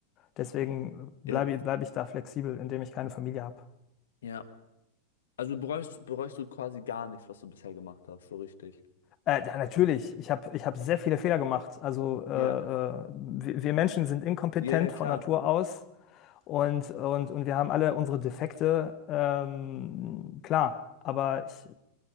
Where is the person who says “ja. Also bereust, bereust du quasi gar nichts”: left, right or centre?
Left